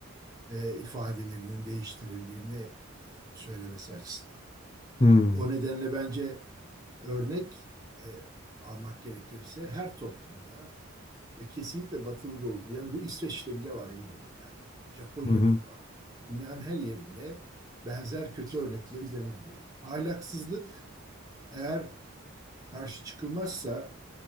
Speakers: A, on the right (about 15°); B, on the left (about 30°).
A: e, ifadelerinin değiştirildiğini e, söylemesi açısından.
B: Hmm.
A: O nedenle bence örnek e, almak gerekirse her toplumda ve kesinlikle batılı da oldu. Yani bu İsveç'te bile var emin olun yani. Japonya'da
B: Hı hı.
A: da var. Dünyanın her yerinde benzer kötü örnekleri görebiliriz. Ahlaksızlık eğer karşı çıkılmazsa